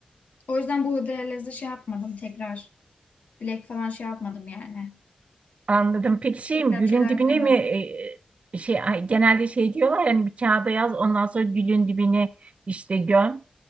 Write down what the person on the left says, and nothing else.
O yüzden bu hıdrellezde şey yapmadım tekrar. Dilek falan şey yapmadım yani.
Tekrar
bir şeyler
dilemedim.